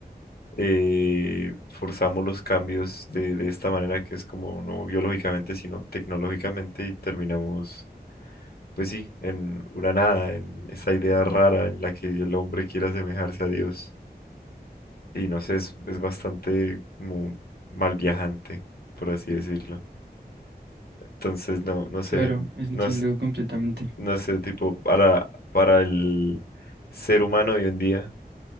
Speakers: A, on the left; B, on the right.
A: eh, forzamos los cambios de, de esta manera que es como no biológicamente, sino tecnológicamente y terminamos, pues sí, en una nada, en esa idea rara en la que el hombre quiere asemejarse a Dios. Y no sé, es, es bastante como mal viajante, por así decirlo. Entonces, no, no sé,
B: Claro, es-
A: no,
B: entiendo completamente.
A: no sé, tipo, para, para el ser humano hoy en día.